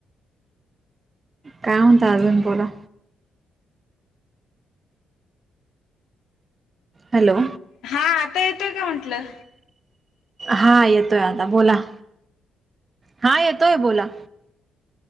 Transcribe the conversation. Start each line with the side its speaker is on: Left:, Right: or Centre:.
Right: काय म्हणता अजून बोला हॅलो
Left: हा आता येतोय का म्हटलं
Right: हा येतोय आता बोला हा येतोय बोला